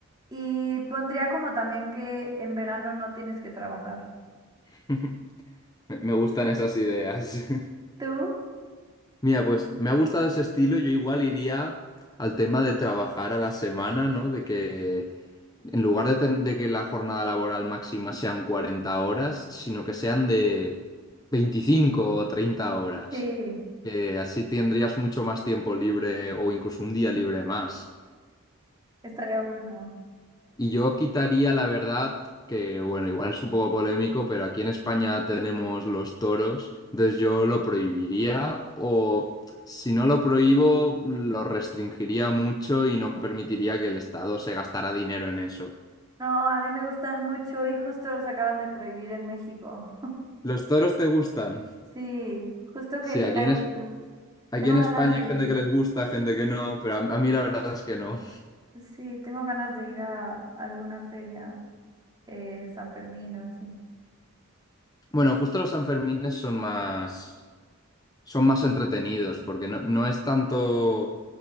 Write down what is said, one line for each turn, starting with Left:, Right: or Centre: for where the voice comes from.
Right: Y pondría como también que en verano no tienes que trabajar.
Left: <laughs> Me me gustan esas ideas. <laughs>
Right: ¿Tú?
Left: Mira, pues me ha gustado ese estilo. Yo igual iría al tema de trabajar a la semana, ¿no? De que en lugar de, ten- de que la jornada laboral máxima sean 40 horas, sino que sean de 25 o 30 horas.
Right: Sí.
Left: Que así tendrías mucho más tiempo libre o incluso un día libre más.
Right: Estaría bueno.
Left: Y yo quitaría, la verdad, que bueno, igual es un poco polémico, pero aquí en España tenemos los toros, entonces yo lo prohibiría o si no lo prohíbo, lo restringiría mucho y no permitiría que el Estado se gastara dinero en eso.
Right: No, a mí me gustan mucho y justo los acaban de prohibir en México.
Left: ¿Los toros te gustan?
Right: Sí, justo
Left: Sí,
Right: quería
Left: aquí en,
Right: ir.
Left: Es- aquí
Right: Tengo
Left: en
Right: ganas
Left: España
Right: de
Left: hay gente
Right: ir.
Left: que les gusta, gente que no, pero a, a mí la verdad es que no.
Right: Sí, tengo ganas de ir a, a alguna feria, eh, San Fermín o así.
Left: Bueno, justo los Sanfermines son más... son más entretenidos, porque no, no es tanto